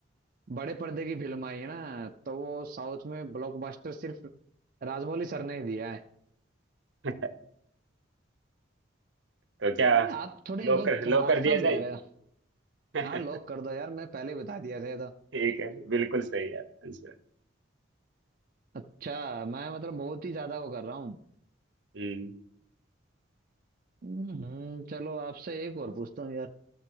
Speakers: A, on the right; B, on the right.
A: बड़े पर्दे की फिल्म आई है ना तो वो साउथ में ब्लॉकबस्टर सिर्फ राजमौली सर ने ही दिया है
B: हैं। <laughs> तो क्या
A: ए, आप थोड़े
B: लो
A: बहुत
B: कर लो
A: आसान
B: कर दिया
A: दे
B: जाए
A: रहे हो
B: <laughs>
A: हाँ लॉक कर दो यार मैं पहले ही बता दिया था ये तो
B: ठीक है बिल्कुल सही है आपका आंसर
A: अच्छा मैं मतलब बहुत ही ज्यादा वो कर रहा हूँ
B: हम्म
A: हम्म, चलो आपसे एक और पूछता हूँ यार